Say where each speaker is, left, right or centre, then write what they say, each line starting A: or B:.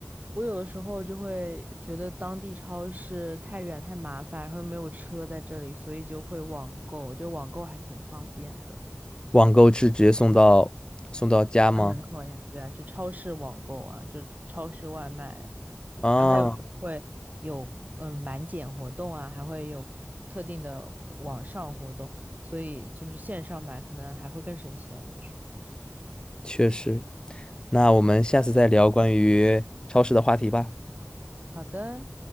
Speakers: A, on the right (about 40°); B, on the left (about 20°).
A: 我有的时候就会觉得当地超市太远太麻烦，然后又没有车在这里，所以就会网购。我觉得网购还挺方便的，
B: 网购是直接送到送到家吗？
A: 家门口呀，对啊，去超市网购啊，就超市外卖啊。
B: 啊，
A: 然后它有时候会有嗯满减活动啊，还会有特定的网上活动，所以就是线上买可能还会更省钱，有的时候。
B: 确实。那我们下次再聊关于超市的话题吧。
A: 好的。